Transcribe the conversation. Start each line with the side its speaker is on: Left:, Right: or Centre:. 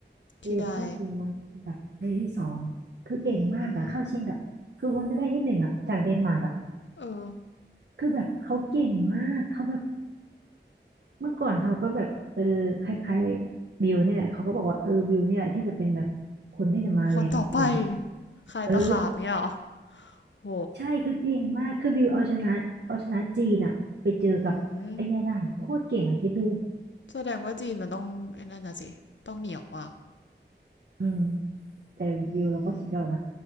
Left: ที่ได้
Right: วิวเข้าชิงมาแบบในที่สองคือเก่งมากอะเข้าชิงกับคือคนจะได้ที่หนึ่งอะจากเดนมาร์กอะ
Left: อืมเออ
Right: คือแบบเขาเก่งมากเขาแบบเมื่อก่อนเขาก็แบบเออคล้ายๆวิวนี่แหละเขาก็บอกว่าเออวิวนี่แหละที่จะเป็นแบบคนที่จะมาแรงอีกคนนะ
Left: คนต่อไปใครตะขาบเงี้ยหรอ
Right: เออ
Left: โห
Right: ใช่คือเก่งมากคือวิวเอาชนะเอาชนะจีนอะไปเจอกับไอเนี่ยได้อะโคตรเก่งอะคิดดู
Left: อืมแสดงว่าจีนมันต้องไอ้นั่นน่ะสิต้องเหนียวมาก
Right: อืม แต่วิวเราก็สุดยอดนะ
Left: อืม